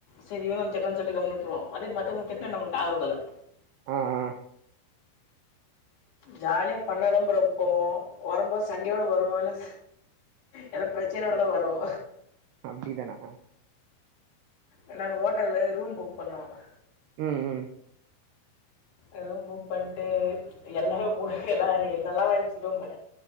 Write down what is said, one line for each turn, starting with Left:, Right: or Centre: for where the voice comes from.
Left: செரி இவந்தா வந்து திட்றான் சொல்ட்டு கம்னு விட்டுருவா அதே மத்தவ்ங்க திட்னா
Right: ம்
Left: நம்ளுக்கு ஆவறதில்ல
Right: ஆ ஆ
Left: ஜாலியா ஃபண்ணாதா ப்ரோ போவு வரம்போ சண்டையோட வருவோ இல்ல ஏனா பிரச்சனையோடதா வருவோ
Right: அப்டி தானா
Left: எல்லா ஹோட்டலு ரூம் புக் பண்ணுவாங்கோ
Right: ம் ம்
Left: ஆ ரூம் புக் பண்ட்டு எல்லாமே போ எல்லாரு என்னல்லா வாந்துச்சு ரூம்மு